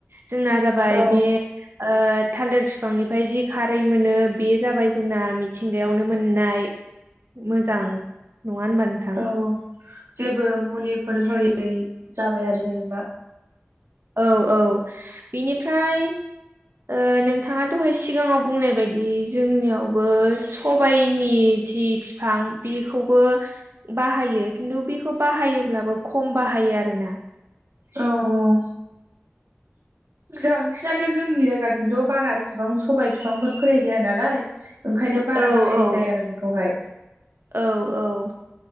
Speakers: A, on the right; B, on the right.
A: जोंना जाबाय
B: औ
A: बे ओ थालिर बिफांनिफ्राय जि खारै मोनो बे जाबाय जोंना मिथ मिथिंगायावनो मोननाय मोजां नङा होनबा नोंथां
B: औ जेबो मुलिफोर होयै जाबाय आरो जेनेबा
A: औ औ बिनिफ्राय ओ नोंथाङा दहाय सिगाङाव बुंनाय बायदि जोंनियावबो सबायनि जि बिफां बेखौबो बाहायो खिन्थु बेखौ बाहायोब्लाबो खम बाहायो आरो ना।
B: औ औ बांसिनानो जोंनि जायगाथिंथ' बारा इसिबां सबाय बिफांफोर फोनाय जाया नालाय ओंखायनो बारा
A: औ
B: बाहायनाय
A: औ
B: जाया आरो बेखौहाय
A: औ औ।